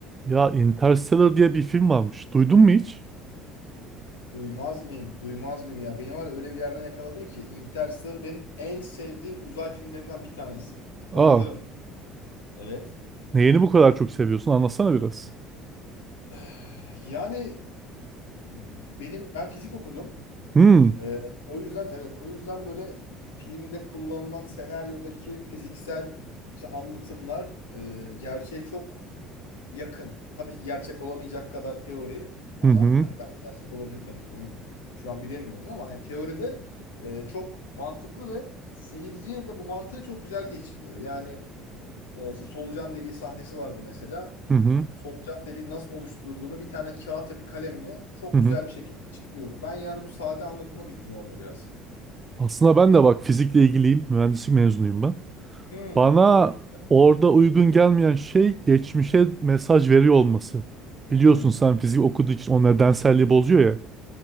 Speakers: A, on the right; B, on the left.
A: Ya Interstellar diye bir film varmış. Duydun mu hiç?
B: Duymaz mıyım? Duymaz mıyım ya? Beni var ya öyle bir yerden yakaladın ki Interstellar benim en sevdiğim uzay filmlerinden bir tanesi. Bayılırım.
A: Aa,
B: Evet.
A: Neyini bu kadar çok seviyorsun? Anlatsana biraz.
B: <sighs> Yani benim ben fizik okudum.
A: Hmm.
B: Ee, o yüzden evet o yüzden böyle filmde kullanılan senaryodaki fiziksel işte anlatımlar e, gerçeğe çok yakın. Tabii ki gerçek olamayacak kadar teorik ama
A: Hı hı.
B: hani belki gerçek olabilir tabii ki onu şu an bilemiyoruz ama yani teoride e, çok mantıklı ve seyirciye de bu mantığı çok güzel geçiriyor. Yani e, işte solucan deliği sahnesi vardı mesela.
A: Hı hı.
B: Solucan deliği nasıl oluşturduğunu bir tane kağıtla bir kalemle çok
A: Hı hı.
B: güzel bir şekilde açıklıyordu. Ben yani bu sade anlatıma bittim orada biraz.
A: Aslında ben de bak fizikle ilgiliyim. Mühendislik mezunuyum ben.
B: Hmm,
A: Bana
B: çok güzel.
A: orada uygun gelmeyen şey geçmişe mesaj veriyor olması.
B: Hmm,
A: Biliyorsun sen fizik okuduğu için o nedenselliği bozuyor ya.